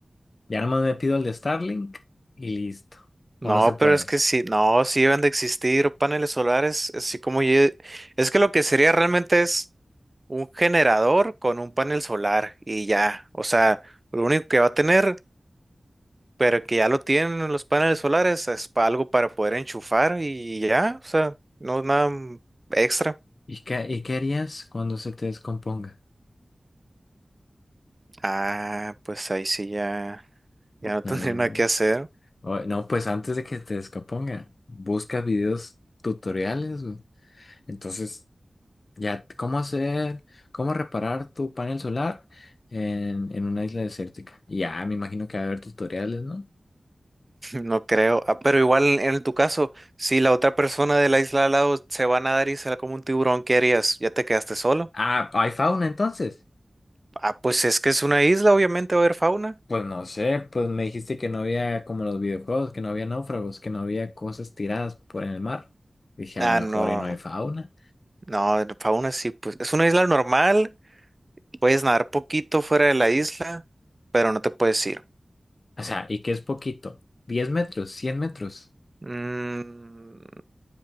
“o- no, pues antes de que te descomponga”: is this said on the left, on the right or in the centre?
Left